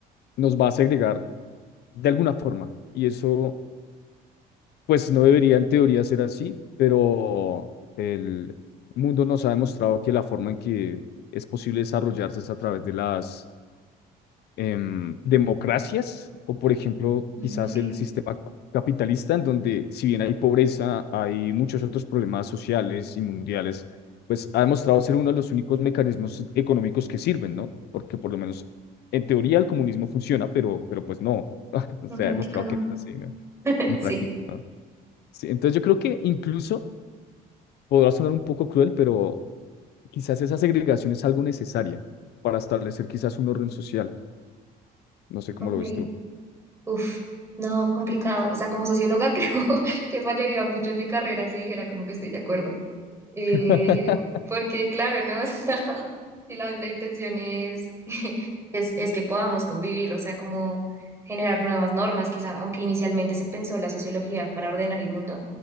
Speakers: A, on the left (about 75°); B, on the right (about 15°).
A: nos va a segregar de alguna forma. Y eso Pues no debería en teoría ser así, pero el mundo nos ha demostrado que la forma en que es posible desarrollarse es a través de las em, democracias o, por ejemplo,
B: Mm,
A: quizás
B: Ok,
A: el sistema ca- capitalista, en donde si bien hay pobreza, hay muchos otros problemas sociales y mundiales, pues ha demostrado ser uno de los únicos mecanismos económicos que sirven, ¿no? Porque por lo menos en teoría el comunismo funciona, pero, pero pues no, <laughs>
B: en
A: se
B: práctica
A: ha demostrado
B: no.
A: que no es así, ¿no?
B: <laughs>
A: En
B: Sí,
A: práctica, ¿no? Sí, entonces yo creo que incluso podrá sonar un poco cruel, pero quizás esa segregación es algo necesaria para establecer quizás un orden social. No sé cómo
B: ok.
A: lo ves tú.
B: Uf, no, complicado. O sea, como socióloga <laughs> creo que fallaría mucho en mi carrera si dijera como que estoy de acuerdo. Eh,
A: <laughs>
B: porque claro, ¿no? <laughs> O sea, si la, la intención es es, es que podamos convivir, o sea, como generar nuevas normas, quizá, aunque inicialmente se pensó la sociología para ordenar el mundo